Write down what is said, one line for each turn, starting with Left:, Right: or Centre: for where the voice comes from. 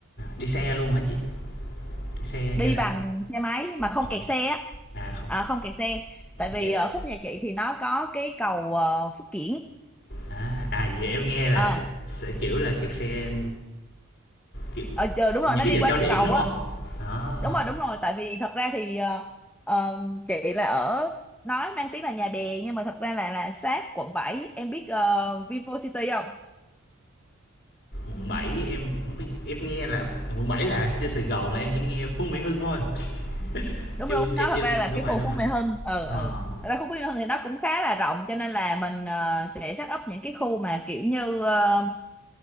Left: Đi xe luôn hả chị? Đi xe
Centre: đi
Left: hay là
Centre: bằng xe máy mà không
Left: Ờ,
Centre: kẹt xe á
Left: à không.
Centre: à, không kẹt xe
Left: À,
Centre: tại vì
Left: vậy là
Centre: ở khúc nhà chị thì nó có cái cầu ờ, Phước Kiển
Left: à, à vậy em nghe là
Centre: Ờ,
Left: sẽ kiểu là kẹt xe kiểu
Centre: ờ, ờ, đúng rồi
Left: những
Centre: nó
Left: cái
Centre: đi
Left: giờ
Centre: qua
Left: cao
Centre: cái
Left: điểm
Centre: cầu
Left: đúng
Centre: á
Left: không? Đó.
Centre: đúng rồi đúng rồi tại vì thật ra thì ờ, ờ, chị là ở nói mang tiếng là nhà bè nhưng mà thật ra là là sát quận bảy em biết ờ, Vivo City không
Left: quận 7 em không biết em nghe là quận 7 là trên Sài Gòn là em chỉ nghe Phú Mỹ Hưng thôi <laughs>
Centre: đúng
Left: chưa
Centre: đúng nó
Left: em
Centre: thật
Left: chưa
Centre: ra
Left: nghe
Centre: là
Left: đúng
Centre: cái
Left: rồi
Centre: khu
Left: đúng
Centre: Phú
Left: rồi
Centre: Mỹ Hưng ừ
Left: ờ
Centre: ừ thật ra khu Phú Mỹ Hưng thì nó cũng khá là rộng cho nên là mình ờ, sẽ set up những cái khu mà kiểu như ờ,